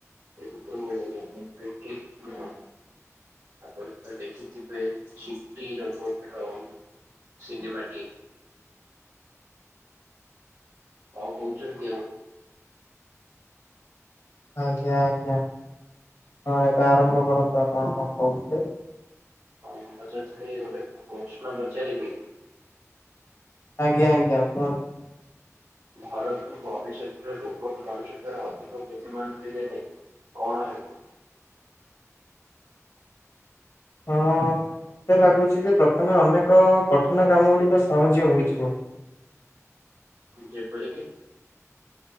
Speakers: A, on the right; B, on the left.
A: କିନ୍ତୁ ମୁଁ ଜାଣିବାରେ କେହି ନୁହଁ। ଆପଣ ତ ଦେଖିଥିବେ ଚିଟି ରୋବୋଟ ଆଉ ସିନେମାଟି। କଁ କହୁଚନ୍ତି ଆଉ?
B: ଆଜ୍ଞା, ଆଜ୍ଞା ହଁ ଏବେ ଆରମ୍ଭ କରନ୍ତୁ ଆପଣ କଣ କହୁଥିଲେ।
A: <unintelligible> ଗୋଟେ ପ୍ରଶ୍ନ ପଚାରିବି।
B: ଆଜ୍ଞା ଆଜ୍ଞା କୁହନ୍ତୁ।
A: <inaudible> ଧରନ୍ତୁ ଭବିଷ୍ୟତରେ ରୋବଟ ମଣିଷଠାରୁ ଅଧିକ ବୁଦ୍ଧି ମାନ <unintelligible> କଣ ହେବ?
B: ହଁ ମତେ ଲାଗୁଚି କି ପ୍ରଥମେ ଅନେକ କଠିନ କାମ ଗୁଡ଼ିକ ସହଜ୍ୟ ହୋଇଯିବ।
A: ଯେ ପରିକିି